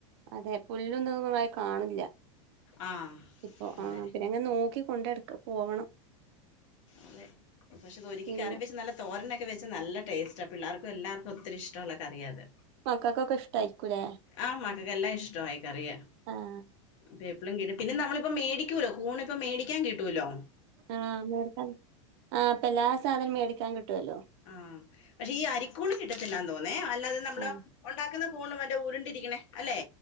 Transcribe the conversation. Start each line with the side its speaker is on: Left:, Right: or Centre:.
Right: അതെ പുല്ല് ദൊന്നുംമായി കാണില്ല
Left: ആ
Right: ഇപ്പൊ
Left: അതെ
Right: ആ പിന്നെ അങ്ങനെ നോക്കി കൊണ്ടടുക്ക പോവണം
Left: അതെ പക്ഷെ ഇത് ഒരിക്കി
Right: പിന്നെ
Left: കറി വെച്ച് നല്ല തോരനൊക്കെ വെച്ച് നല്ല ടേസ്റ്റാ പിള്ളേർക്കും എല്ലർക്കും ഒത്തിരിഷ്ടുള്ള കറിയ അത്
Right: മക്കക്കൊക്കേ ഇഷ്ട്ടായികുലെ
Left: ആഹ് മക്കക്ക്െല്ലാം ഇഷ്ടമായ കറിയ
Right: ആഹ്
Left: ദേ എപ്പളും കീട്ടും പിന്നെ നമ്മളിപ്പ മേടിക്കൂല്ലോ കൂണ ഇപ്പ മേടിക്കാൻ കിട്ടൂലോ
Right: ആഹ മേടിക്കാൻ ആ് ഇപ്പൊ എല്ലാ സാധനവും മേടിക്കാൻ കിട്ടുവല്ലോ
Left: ആഹ പക്ഷെ ഈ അരിക്കൂണ് കിട്ടത്തില്ലാന്ന് തോന്നേ അല്ലാതെ നമ്മള്
Right: ആഹ്
Left: ഉണ്ടാക്കുന്ന കൂണ് മറ്റേ ഉ രുണ്ടിരിക്കണേ അല്ലേ